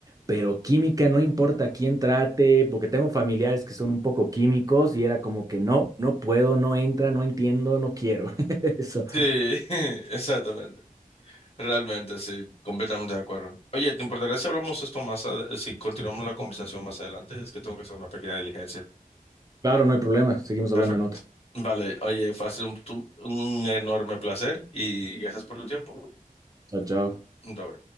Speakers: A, on the right; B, on the left.
A: pero química no importa quién trate, porque tengo familiares que son un poco químicos y era como que no, no puedo, no entra, no entiendo, no quiero. <laughs> Eso.
B: Sí, <laughs> exactamente. Realmente, sí, completamente de acuerdo. Oye, ¿te importaría si hablamos esto más, ad- si continuamos la conversación más adelante? Es que tengo que hacer una pequeña diligencia.
A: Claro, no hay problema. Seguimos
B: Perfecto.
A: hablando en otra.
B: Vale, oye, fue ha sido un, un enorme placer y gracias por tu tiempo.
A: Chao, chao.
B: Bye, bye.